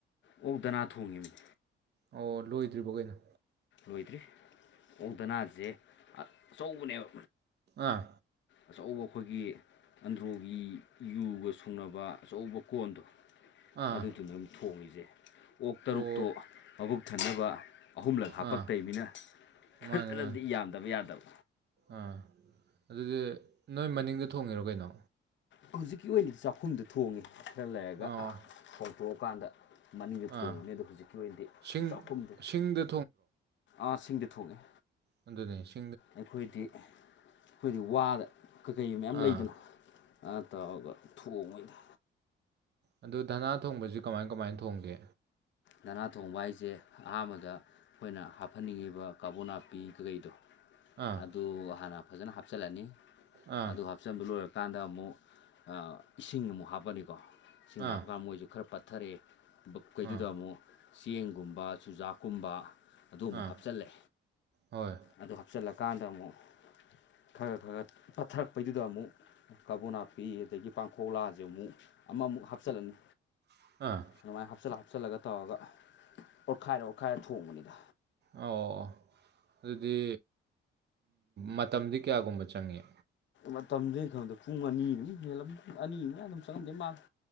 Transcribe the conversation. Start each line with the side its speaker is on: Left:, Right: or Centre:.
Left: ꯑꯣ ꯗꯅ ꯊꯣꯡꯉꯤꯕꯅꯤ
Right: ꯑꯣ ꯂꯣꯏꯗ꯭ꯔꯤꯕꯩꯅꯣ
Left: ꯂꯣꯏꯗ꯭ꯔꯤ ꯑꯣ ꯗꯅꯥꯁꯦ ꯑꯆꯧꯕꯅꯦꯕ
Right: ꯑꯥ
Left: ꯑꯆꯧꯕ ꯑꯩꯈꯣꯏꯒꯤ ꯑꯟꯗ꯭ꯔꯣꯒꯤ ꯌꯨꯒ ꯁꯨꯡꯅꯕ ꯑꯆꯧꯕ ꯀꯣꯟꯗꯣ
Right: ꯑꯥ
Left: ꯑꯗꯨꯗꯨꯅ ꯑꯗꯨꯝ ꯊꯣꯡꯉꯁꯦ ꯑꯣꯛ ꯇꯔꯨꯛꯇꯣ
Right: ꯑꯣ
Left: ꯃꯕꯨꯛ ꯊꯟꯅꯕ
Right: ꯑꯥ
Left: ꯄꯛꯇꯩꯅꯤꯅ ꯐꯖꯅꯗꯤ
Right: ꯃꯥꯅꯦ ꯃꯥꯅꯦ
Left: ꯌꯥꯝꯗꯕ ꯌꯥꯗꯕ
Right: ꯑꯥ ꯑꯗꯨꯗꯤ ꯅꯣꯏ ꯃꯅꯤꯡꯗ ꯊꯣꯡꯉꯤꯔꯣ ꯀꯩꯅꯣ
Left: ꯍꯧꯖꯤꯛꯀꯤ ꯑꯣꯏꯅꯗꯤ ꯆꯥꯛꯈꯨꯝꯗ ꯊꯣꯡꯉꯦ ꯈꯔ ꯂꯩꯔꯒ
Right: ꯑꯣ
Left: ꯍꯣꯡꯊꯣꯛꯑꯀꯥꯟꯗ ꯃꯅꯤꯡꯗ ꯊꯣꯡꯕꯅꯤ
Right: ꯑꯥ
Left: ꯑ ꯑꯗꯨꯣ ꯍꯧꯖꯤꯛꯀꯤ ꯑꯣꯏꯅꯗꯤ
Right: ꯁꯤꯡ
Left: ꯆꯥꯎꯥꯛꯈꯨꯝꯗꯦ
Right: ꯁꯤꯡꯗ
Left: ꯑ ꯁꯤꯡꯗ ꯊꯣꯛꯣꯡꯉꯦ
Right: ꯗꯅꯦꯁ
Left: ꯑꯩꯈꯣꯏꯗꯤ ꯑꯩꯈꯣꯏꯗꯤ ꯋꯥꯗ ꯀꯩꯀꯩ ꯃꯌꯥꯝ
Right: ꯑꯥ
Left: ꯂꯩꯗꯅ ꯑꯥ ꯇꯧꯔꯒ ꯊꯣꯡꯉꯣꯏꯅꯦ
Right: ꯑꯗꯨ ꯙꯅꯥ ꯊꯣꯡꯕꯁꯤ ꯀꯃꯥꯏ ꯀꯃꯥꯏ ꯊꯣꯡꯒꯦ
Left: ꯅꯅꯥ ꯊꯣꯡꯕ ꯍꯥꯏꯁꯦ ꯑꯍꯥꯟꯕꯗ ꯑꯩꯈꯣꯏꯅ ꯍꯥꯞꯍꯟꯅꯤꯡꯉꯤꯕ ꯀꯥꯕꯨ ꯅꯥꯄꯤ ꯀꯩꯀꯩꯗꯣ
Right: ꯑꯥ
Left: ꯑꯗꯨ ꯍꯥꯟꯅ ꯐꯖꯅ ꯍꯥꯞꯆꯤꯜꯂꯅꯤ
Right: ꯑꯥ
Left: ꯑꯗꯨ ꯍꯥꯞꯆꯤꯟꯕ ꯂꯣꯏꯔꯛ ꯀꯥꯟꯗ ꯑꯃꯨꯛ ꯏꯁꯤꯡ ꯑꯃꯨꯛ ꯍꯥꯞꯄꯅꯤꯀꯣ ꯏꯁꯤꯡ
Right: ꯑꯥ
Left: ꯍꯥꯞꯄꯀꯥꯟꯗ ꯃꯣꯏꯁꯨ ꯈꯔ ꯄꯠꯊꯔꯛꯑꯦ ꯀꯩꯗꯨꯗ
Right: ꯑꯥ
Left: ꯑꯃꯨꯛ ꯆꯦꯡꯒꯨꯝꯕ ꯆꯨꯖꯥꯛꯀꯨꯝꯕ ꯑꯗꯨ ꯑꯃꯨꯛ
Right: ꯑꯥ
Left: ꯍꯥꯞꯆꯤꯜꯂꯦ
Right: ꯍꯣꯏ
Left: ꯑꯗꯨ ꯍꯥꯞꯆꯤꯜꯂꯀꯥꯟꯗ ꯑꯃꯨꯛ ꯈꯔ ꯈ ꯈ ꯆꯠꯊꯔꯛꯄꯩꯗꯨꯗ ꯑꯃꯨꯛ ꯀꯕꯨ ꯅꯥꯄꯤ ꯑꯗꯒꯤ ꯄꯥꯡꯈꯧꯂꯥꯥꯁꯦ ꯑꯃꯨꯛ ꯑꯃꯃꯨꯛ ꯍꯥꯞꯆꯤꯜꯂꯅꯤ
Right: ꯑꯥ
Left: ꯑꯗꯨꯃꯥꯏꯅ ꯍꯥꯞꯆꯤꯜꯂ ꯍꯥꯞꯆꯤꯜꯂꯒ ꯇꯧꯔꯒ ꯑꯣꯠꯈꯥꯏꯔ ꯑꯣꯠꯈꯥꯏꯔ ꯊꯣꯡꯕꯅꯤꯗ
Right: ꯑꯣ ꯑꯗꯨꯗꯤ ꯃꯇꯝꯗꯤ ꯀꯌꯥꯒꯨꯝꯕ ꯆꯪꯏꯦ
Left: ꯃꯇꯝꯗꯒꯤꯩ ꯈꯪꯗ ꯄꯨꯡ ꯑꯅꯤꯃ ꯍꯦꯜꯂꯝ ꯑꯅꯤ ꯑꯗꯨꯝ ꯆꯪꯉꯂꯝꯗꯦ ꯃꯥ